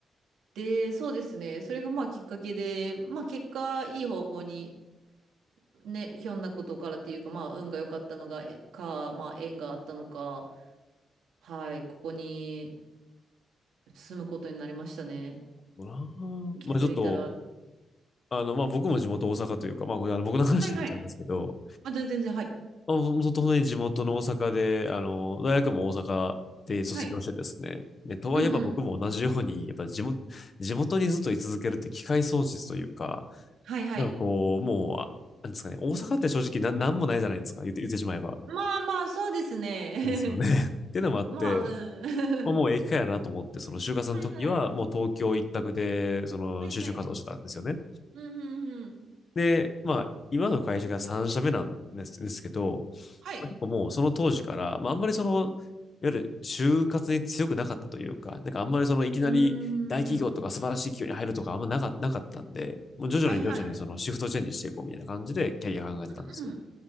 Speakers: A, on the right (about 80°); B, on the left (about 45°).
A: で、そうですね、それがまあ、きっかけで、まあ、結果、いい方向に、ね、ひょんなことからっていうか、まあ、運が良かったのが、えか、まあ、縁があったのか、はい、ここに住むことになりましたね。
B: なあ
A: 気づいたら、
B: まあちょっと、あの、まあ僕も地元大阪というか、まあこれあの僕の話になっちゃうんですけど、
A: はいはい。あ、全然全然、はい。
B: まあ、も本当に地元の大阪で、あの、大学も大阪で卒業してですね、
A: はい。
B: ね、とはいえば僕も同じように、
A: うんうん。
B: やっぱ地元、地元にずっと居続けるって機会損失というか、
A: はいはい。
B: なんかこう、もう、あなんですかね、大阪って正直な、なんもないじゃないですか、言って、言ってしまえば。
A: まあまあ、そうですね。
B: ですよね。<laughs> っていうのもあって、
A: <laughs> まあ、うん。
B: まあ、もう駅かやなと思って、
A: <laughs>
B: その就活の時は、
A: はいはい。
B: もう東京一択で、その就職活動してたんですよね。
A: はいはい。うんうんうん。
B: で、まあ、今の会社が3社目なんですですけど、
A: はい。
B: まあ結構もうその当時から、まあ、あんまりその、いわゆる就活に強くなかったというか、なんかあんまりそのいきなり大企業とか素晴らしい企業に入るとかあんまなか、
A: うーん。
B: なかったんで、もう徐々に徐々にそのシフトチェンジしていこうみたいな感じでキャリア考えてたんですよ。
A: はいはい。うん。